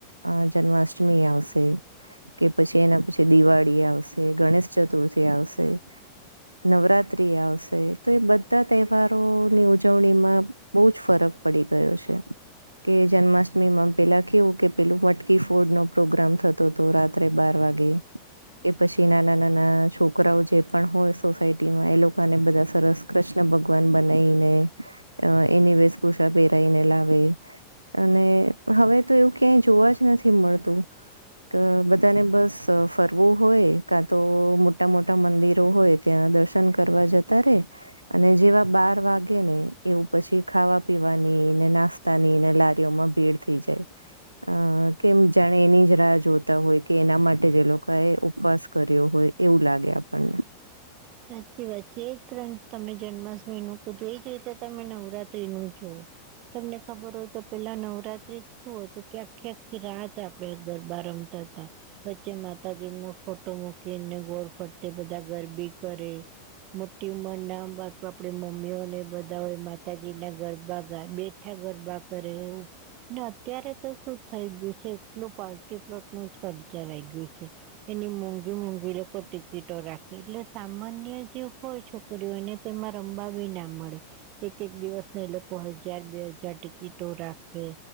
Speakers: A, on the right; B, on the right.
A: આ જન્માષ્ટમી આવશે કે પછી એના પછી દિવાળી આવશે, ગણેશ ચતુર્થી આવશે નવરાત્રિ આવશ તે તો એ બધા તહેવારોની ઉજવણીમાં બઉ જ ફરક પડી ગયો છે. કે જન્માષ્ટમીમાં પેલા કેવું કે પેલું મટકી ફોડનો પ્રોગ્રામ થતો તો રાત ત્રે બાર વાગે. એ પછી નાના-નાના છોકરાઓ જે પણ હોય સોસાયટીમાં એ લોકાને બધા સરસ કૃષ્ણ ભગવાન બનાઈને અ એની વેશભૂષા પહેરાઈને લાવે. અને હવે તો એવું ક્યાંય જોવા જ નથી મળતું. ત બધાને બસ ફરવું હોય કાં તો મોટા-મોટા મંદિરો હોય ત્યાં દર્શન કરવા જતા રે અને જેવા બાર વાગેને એવું પછી ખાવા-પીવાની ને નાસ તાની ને લારીઓમાં ભીડ થઈ જાય. અ કેમ જાણે એની જ રાહ જોતા હોય કે એના માટે જે લોકો એ ઉપવાસ કર્યો હોય એવું લાગે આપડને.
B: સાચી વાત છે, ત્રણ તમે જન્માષ્ટમીનું કીધું એ જ રીતે તમે નવરાત્રીનું જુઓ તમને ખબર હોય તો પેલા નવરાત્રી શું હતું કે આખી-આખી રાત આ પડે ગરબા રમતા તા. વચ્ચે માતાજીનો ફોટો મૂકીને ગોળ ફરતે બધા ગરબી કરે. મોટી ઉંમરના બાપ આપડે મમ્મીઓને બધા હોય માતાજીના ગરબા ગાય બે ઠા ગરબા કરે ને અત્યારે તો શું થઈ ગયું છે, એટલું પાર્ટી પ્લોટમાં જ ખર્ચા રઈ ગયું છે. એની મોંઘી-મોંઘી લોકો ટિકિટો રાખે એટલે સામાન્ય જે હોય છોકરીઓ એને તો એમાં રમવા બી ના મળે. એક-એક દિવસના એ લોકો હજાર બે હજાર ટિકિટો રાખે.